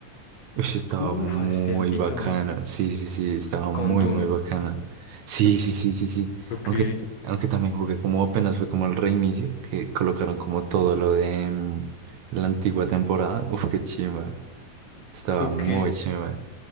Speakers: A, on the right; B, on the left.
A: Uy, estaba
B: Uf,
A: muy
B: hace tiempito.
A: bacana. Sí, sí, sí, estaba muy,
B: Con Doom.
A: muy bacana. Sí, sí, sí, sí, sí.
B: Ok,
A: Aunque, aunque también jugué como apenas fue como el reinicio, que colocaron como todo lo de mm, la antigua temporada. Uf, qué chimba. Estaba
B: ok.
A: muy chimba.